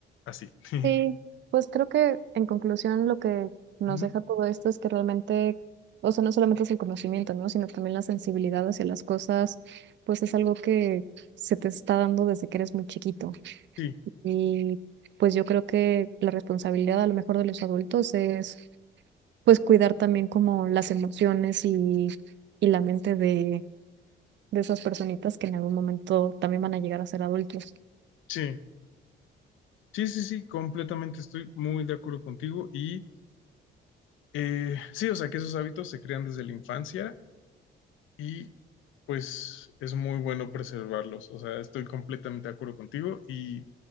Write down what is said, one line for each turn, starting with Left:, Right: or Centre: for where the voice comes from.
Left: Así. <laughs>
Right: Sí, pues creo que en conclusión lo que nos
Left: Ujú.
Right: deja todo esto es que realmente, o sea, no solamente es el conocimiento, ¿no? Sino también la sensibilidad hacia las cosas, pues es algo que se te está dando desde que eres muy chiquito.
Left: Sí,
Right: Y pues yo creo que la responsabilidad a lo mejor de los adultos es pues cuidar también como las emociones y, y la mente de, de esas personitas que en algún momento también van a llegar a ser adultos.
Left: sí, sí, sí, sí, completamente estoy muy de acuerdo contigo y eh, sí, o sea, que esos hábitos se crean desde la infancia y pues es muy bueno preservarlos. O sea, estoy completamente de acuerdo contigo y